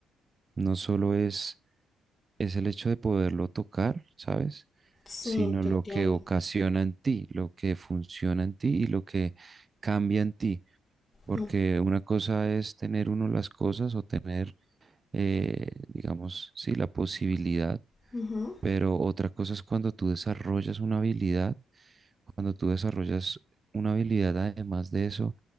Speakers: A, on the right; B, on the left.
A: no solo es, es el hecho de poderlo tocar, ¿sabes?
B: Sí,
A: Sino
B: te
A: lo
B: entiendo.
A: que ocasiona en ti, lo que funciona en ti y lo que cambia en ti. Porque
B: Mm,
A: una cosa es tener uno las cosas o tener eh, digamos, sí, la posibilidad,
B: ujú.
A: pero otra cosa es cuando tú desarrollas una habilidad, cuando tú desarrollas una habilidad además de eso,